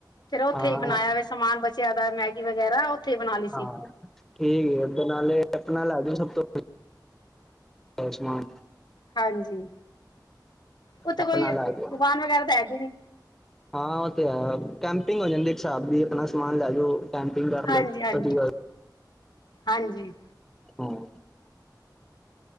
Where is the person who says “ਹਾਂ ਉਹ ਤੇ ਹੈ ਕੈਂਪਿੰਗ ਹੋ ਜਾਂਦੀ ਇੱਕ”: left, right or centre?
Centre